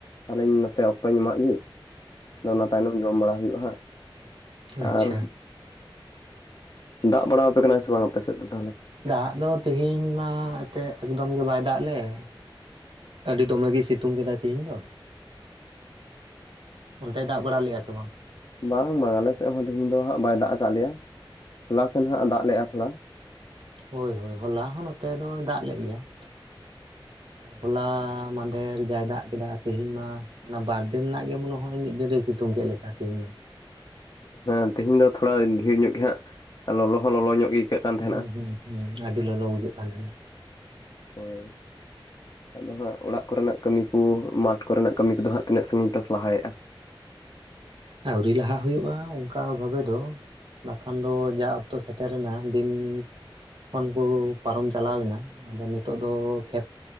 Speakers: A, on the left; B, on the right.
A: ᱛᱟᱦᱞᱮᱧ ᱱᱚᱛᱮ ᱚᱠᱛᱚᱧ ᱮᱢᱟᱜ ᱜᱮ ᱾ ᱟᱫᱚ ᱚᱱᱟ ᱛᱟᱭᱱᱚᱢ ᱡᱚᱢ ᱵᱟᱲᱟ ᱦᱩᱭᱩᱜᱼᱟ ᱦᱟᱸᱜ
B: ᱦᱩᱸ ᱟᱪᱪᱷᱟ
A: ᱟᱨ ᱫᱟᱜ ᱵᱟᱲᱟᱯᱮ ᱠᱟᱱᱟ ᱥᱮ ᱵᱟᱝ ᱟᱯᱮ ᱥᱮᱫ ᱫᱚ ᱛᱟᱦᱚᱞᱮ?
B: ᱫᱟᱜ ᱫᱚ ᱛᱹᱦᱮᱹᱧ ᱢᱟ ᱮᱛᱮᱜ ᱮᱠᱫᱚᱢ ᱜᱮ ᱵᱟᱭ ᱫᱟᱜ ᱞᱮᱜ ᱾ ᱟᱹᱰᱤ ᱫᱚᱢᱮ ᱜᱮᱭ ᱥᱤᱛᱳᱝ ᱠᱮᱫᱟᱭ ᱛᱮᱹᱦᱤᱧ ᱫᱚ ᱾
A: ᱯᱷᱟᱸᱠᱟ ᱜᱮᱭᱟ ᱾
B: ᱚᱱᱛᱮ ᱫᱟᱜ ᱵᱟᱲᱟ ᱞᱮᱜᱼᱟ ᱥᱮ ᱵᱟᱝ?
A: ᱵᱟᱝ ᱵᱟᱝ ᱟᱞᱮ ᱥᱮᱜ ᱦᱚᱸ ᱛᱮᱹᱦᱮᱹᱧ ᱫᱚ ᱦᱟᱸᱜ ᱵᱟᱭ ᱫᱟᱜ ᱟᱠᱟᱜ ᱞᱮᱭᱟ ᱦᱚᱞᱟ ᱥᱮᱱ ᱦᱟᱸᱜ ᱫᱟᱜ ᱞᱮᱜᱼᱟ ᱛᱷᱳᱲᱟ ᱾
B: ᱦᱳᱭ -ᱦᱳᱭ ᱦᱚᱞᱟ ᱦᱚᱸ ᱱᱚᱛᱮ ᱫᱚᱭ ᱫᱟᱜ ᱞᱮᱜ ᱜᱮᱭᱟ ᱾
A: <inaudible> ᱯᱷᱟᱸᱠᱟ ᱜᱮᱭᱟ᱾
B: ᱦᱚᱞᱟ ᱢᱟᱫᱷᱮᱨ ᱡᱟᱭ ᱫᱟᱜ ᱠᱮᱫᱟ ᱛᱮᱹᱦᱮᱹᱧ ᱢᱟ ᱚᱱᱟ ᱵᱟᱨ ᱫᱤᱱ ᱨᱮᱱᱟᱜ ᱜᱮ ᱢᱚᱱᱮ ᱦᱚᱭ ᱢᱤᱫ ᱫᱤᱱ ᱨᱮᱭ ᱥᱤᱛᱳᱝ ᱠᱮᱜ ᱞᱮᱠᱟ ᱛᱮᱹᱦᱮᱹᱧ ᱢᱟ ᱾
A: ᱦᱮᱸ ᱛᱮᱹᱦᱮᱹᱧ ᱫᱚ ᱛᱷᱳᱲᱟ ᱰᱷᱮᱹᱨ ᱧᱚᱜ ᱜᱮ ᱦᱟᱸᱜ ᱞᱚᱞᱚ ᱦᱚᱸ ᱞᱚᱞᱚ ᱧᱚᱜ ᱜᱮ ᱟᱹᱭᱠᱟᱹᱜ ᱠᱟᱱ ᱛᱟᱦᱮᱸᱱᱟ
B: ᱦᱩᱸ ᱦᱩᱸ ᱦᱩᱸ, ᱯ-ᱪᱟᱜ, ᱟᱹᱰᱤ ᱞᱚᱞᱚ ᱵᱩᱡᱷᱟᱹᱜ ᱠᱟᱱ ᱛᱟᱦᱮᱸᱱᱟ ᱾
A: ᱦᱳᱭ ᱾ ᱟᱫᱚ ᱦᱟᱸᱜ ᱚᱲᱟᱜ ᱠᱚᱨᱮᱱᱟᱜ ᱠᱟᱹᱢᱤ ᱠᱚ ᱢᱟᱴᱷ ᱠᱚᱨᱮᱱᱟᱜ ᱠᱟᱹᱢᱤ ᱠᱚᱫᱚ ᱦᱟᱸᱜ ᱛᱤᱱᱟᱹᱜ ᱥᱟᱺᱜᱤᱧ ᱯᱮ ᱞᱟᱦᱟᱭᱮᱜᱼᱟ?
B: ᱟᱹᱣᱨᱤ ᱞᱟᱦᱟ ᱦᱭᱳᱜᱼᱟ ᱚᱱᱠᱟ ᱵᱷᱟᱵᱮ ᱫᱚ ᱾ ᱱᱟᱜ ᱠᱷᱟᱱ ᱫᱚ ᱡᱟ ᱚᱠᱛᱚ ᱥᱮᱴᱮᱨᱮᱱᱟ ᱫᱤᱱᱻ ᱠᱷᱚᱱ ᱠᱚ ᱯᱟᱨᱚᱢ ᱪᱟᱞᱟᱣ ᱮᱱᱟ ᱟᱫᱚ ᱱᱤᱛᱚᱜ ᱫᱚ ᱠᱷᱮᱛ